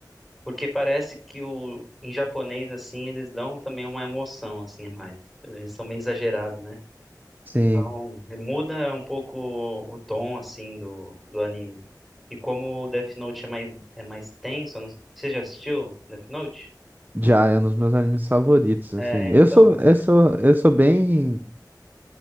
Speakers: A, in the centre; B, on the right (about 25°).
A: Porque parece que o em japonês assim eles dão também uma emoção assim a mais. Eles são meio exagerados, né?
B: Sim.
A: Então, é, muda um pouco o tom assim do, do anime. E como o Death Note é mais é mais tenso, eu não- você já assistiu Death Note?
B: Já é um dos meus animes favoritos,
A: É,
B: assim. Eu
A: então.
B: sou, eu sou, eu sou bem,